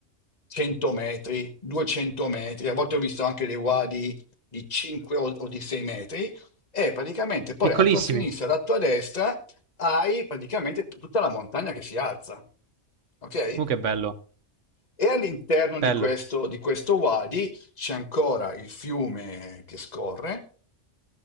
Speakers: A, on the left; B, on the right.
A: 100 metri, 200 metri, a volte ho visto anche dei wadi di 5 o, o di 6 metri, e praticamente poi
B: Piccolissimi.
A: alla tua sinistra e alla tua destra hai praticamente t- tutta la montagna che si alza, ok?
B: Uh, che bello.
A: E all'interno di
B: Bello.
A: questo, di questo wadi c'è ancora il fiume che scorre,